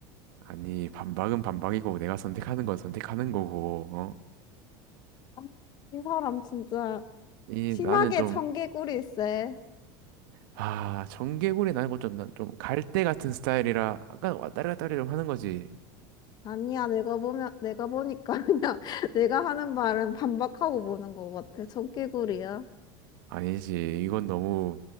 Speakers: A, on the right (about 75°); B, on the left (about 40°).
A: 아니, 반박은 반박이고 내가 선택하는 건 선택하는 거고. 어?
B: 아, 이 사람 진짜
A: 이
B: 심하게
A: 나는 좀
B: 청개구리세.
A: 아, 정개구리 나고 좀난좀 갈대 같은 스타일이라 아까 왔다리 갔다리 좀 하는 거지.
B: 아니야, 내가 보면, 내가 보니까 <laughs> 그냥 내가 하는 말은 반박하고 보는 것 같아. 청개구리야.
A: 아니지. 이건 너무